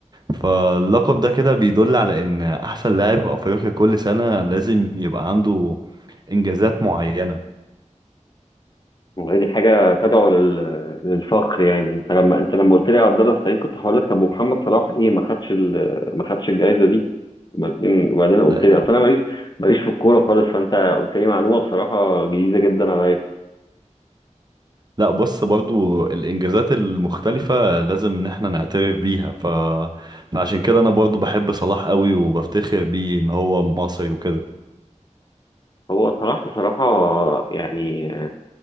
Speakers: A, on the right (about 35°); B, on the left (about 35°).
A: فاللقب ده كده بيدل على ان احسن لاعب في افريقيا كل سنة لازم يبقى عنده انجازات معينة
B: والله دي حاجة تدعو لل... للفخر يعني انت لما انت لما قلت لي عبد الله السعيد كنت هقول لك طب ومحمد صلاح ايه ما خدش ال... ما خدش الجائزة دي وبعدين وبعدين قلت
A: لا
B: لي اصل انا ماليش ماليش في الكورة خالص فانت قلت لي معلومة بصراحة جديدة جدا عليا
A: لا بص برضو الانجازات المختلفة لازم ان احنا نعترف بيها ف... فعشان كده انا برضو بحب صلاح قوي وبفتخر بيه ان هو مصري وكده
B: هو صلاح بصراحة يعني